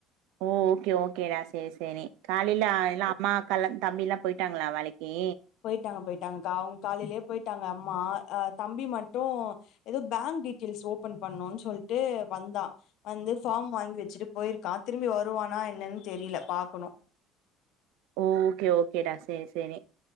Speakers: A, on the right (about 80°); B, on the left (about 60°).
A: ஓ ஓகே ஓகேடா செரி செரி காலில எல்லா அம்மா கால்ல தம்பில்லா போயிட்டாங்களா வேலைக்கி
B: போயிட்டாங்க போயிட்டாங்கக்கா அவுங்க காலையிலயே போயிட்டாங்க அம்மா ஆ தம்பி மட்டு ஏதோ பேங்க் டீட்டெயில்ஸ் ஓபன் பண்ணுனு சொல்ட்டு வந்தா வந்து ஃபார்ம் வாங்கி வச்சுட்டு போயிருக்கா திரும்பி வருவானா என்னனு தெரியல பாக்கணு
A: ஓ ஓகே ஓகேடா செரி செரி